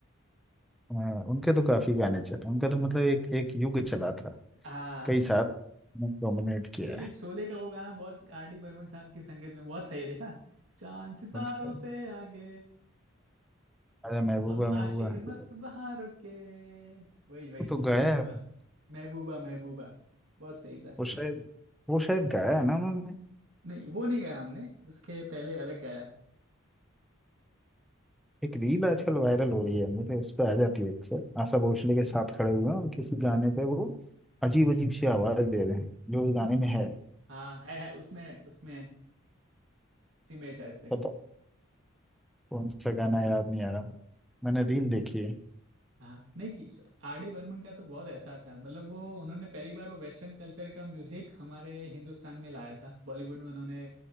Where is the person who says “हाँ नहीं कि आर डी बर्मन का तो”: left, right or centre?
Right